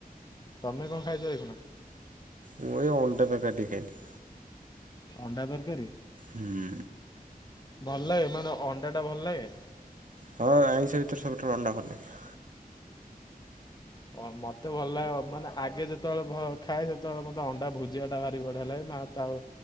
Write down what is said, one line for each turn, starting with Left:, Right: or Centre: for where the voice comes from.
Left: ତମେ କଣ ଖାଇଚ ଏଇଖୁନା?
Right: ମୁଁ ଏଇ ଅଣ୍ଡା ତରକାରୀ ଟିକେ ଖାଇଲି।
Left: ଅଣ୍ଡା ତରକାରୀ?
Right: ହୁଁ।
Left: ଭଲ ଲାଗେ ମାନେ ଅଣ୍ଡା ଟା ଭଲ ଲାଗେ?
Right: ହଁ ଆଇଁଷ ଭିତରେ ସବୁଠୁ ଅଣ୍ଡା ଭଲ ଲାଗେ।
Left: ଓ ହୋ ମତେ ଭଲ ଲାଗେ ଅ ମାନେ ଆଗେ ଯେତେବେଳେ ଭ ଖାଏ ସେତେବେଳେ ମତେ ଅଣ୍ଡା ଭୁଜିଆ ଟା ଭାରି ବଢିଆ ଲାଗେ ମୁଁ ଆଉ ତ ଆଉ